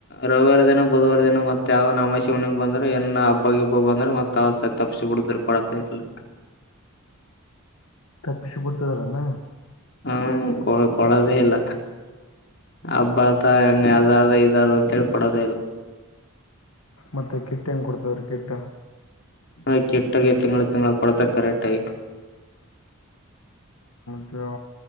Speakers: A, on the left; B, on the left.
A: ರವಿವಾರ ದಿನ ಬುಧವಾರ ದಿನ ಮತ್ತತ್ ಯಾವ ನಾಮ ಶಿವನಿಗೆ ಬಂದ್ರೆ ಎನ್ ಹಬ್ಬಿಬ್ಬ ಬಂದ್ರೆ ಮತ್ ತಪ್ಪ ಕೊಡ್ತರು ಕೊಡತೆ ಇರ್ಲ್ಲ
B: ತಪ್ಪಿಿಸಿ ಪುಡ್ತದರನ್ನ
A: ಹ್ಮ ಕೊ ಕೊಡದೇ ಇಲ್ಲ ಹಬ್ಬತ ಹೆಂಗ ಅದ ಅದ ಇದ ಅದ ಅಂತ ಹೇಳಳ್ ಕೊಡೋದಲ್ಲ
B: ಮತ್ತೆ ಕಿಟ್ಟ ಹೆಂಗ್ ಕೊಡ್ತದ್ರೀ ಕಿಟ್ಟ
A: ಆ ಕೆಟ್ಟಾಗೆ ತಿಂ ತಿಂಗ ಕೊಡತಿರ್ಕಾರೆ ಟಾಯ
B: ಮ